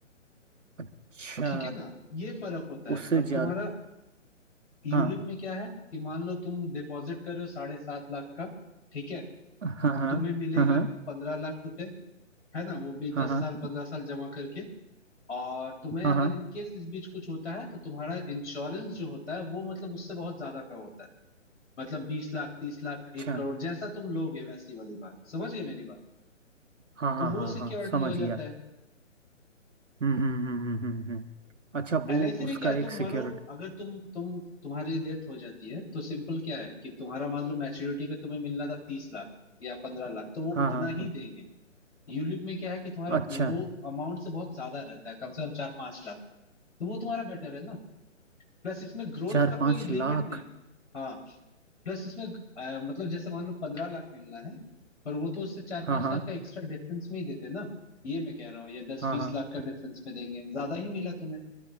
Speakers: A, on the right (about 75°); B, on the left (about 65°).
A: अच्छा
B: ठीक है ना ये फर्क होता है
A: उससे
B: और
A: ज्यादा
B: तुम्हारा यूलिप
A: हाँ
B: में क्या है कि मान लो तुम डिपॉजिट कर रहे हो साढ़े सात लाख का ठीक है
A: हाँ हाँ
B: तुम्हें मिलेगा
A: हाँ हाँ
B: पंद्रह लाख रुपए है ना वो भी
A: हाँ
B: दस
A: हाँ
B: साल पंद्रह साल जमा करके और तुम्हें
A: हाँ
B: अगर
A: हाँ
B: इन केस इस बीच कुछ होता है तो तुम्हारा इंश्योरेंस जो होता है वो मतलब उससे बहुत ज्यादा का होता है मतलब बीस लाख तीस लाख
A: अच्छा
B: एक करोड़ जैसा तुम लोगे वैसी वाली बात समझ गए मेरी बात
A: हाँ हाँ
B: तो वो
A: हाँ
B: सिक्योरिटी
A: हाँ समझ
B: हो
A: गया
B: जाता है
A: हम्म हम्म हम्म हम्म हम्म हम्म। अच्छा
B: एलआईसी
A: वो
B: में
A: उसका
B: क्या है तुम
A: एक सिक्योरिटी
B: मरो अगर तुम तुम तुम्हारी डेथ हो जाती है तो सिंपल क्या है कि तुम्हारा मान लो मैच्योरिटी पे तुम्हें मिलना था तीस लाख या पंद्रह लाख तो वो
A: हाँ
B: उतना
A: हाँ
B: ही देंगे यूलिप में क्या है कि तुम्हारा
A: अच्छा
B: वो अमाउंट से बहुत ज्यादा रहता है कम से कम चार पांच लाख तो वो तुम्हारा बेटर है ना प्लस इसमें ग्रोथ
A: चार
B: का
A: पाँच
B: कोई लिमिट
A: लाख
B: नहीं है हाँ प्लस इसमें अ, मतलब जैसे मान लो पंद्रह लाख मिलना है पर वो तो उससे चार
A: हाँ
B: पांच
A: हाँ
B: लाख का एक्स्ट्रा डिफरेंस में ही देते ना ये मैं कह रहा हूँ या दस
A: हाँ
B: बीस
A: हाँ
B: लाख का डिफरेंस में देंगे ज्यादा ही मिला तुम्हें